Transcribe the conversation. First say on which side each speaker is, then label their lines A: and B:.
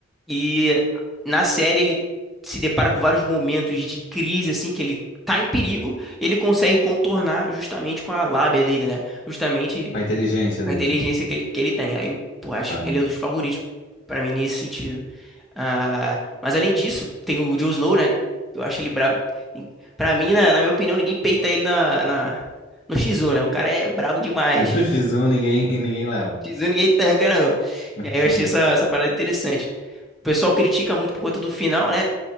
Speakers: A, in the centre; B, on the left.
A: E na série ele se depara com vários momentos de crise, assim, que ele tá em perigo, ele consegue contornar justamente com a lábia dele, né? Justamente
B: A inteligência
A: com
B: dele.
A: a inteligência que ele, que ele tem. Aí eu, pô, acho
B: Tá.
A: ele é um dos favoritos pra mim nesse sentido. Ah, mas além disso, tem o Jon Snow, né? Eu acho ele brabo. Pra mim, na, na minha opinião, ninguém peita ele na, na- no X1, né? O cara é brabo demais.
B: <laughs> No X1 ninguém, ninguém
A: <laughs>
B: leva.
A: X1 ninguém tanca, não. E
B: <laughs>
A: aí eu achei essa, essa parada interessante. O pessoal critica muito por conta do final, né?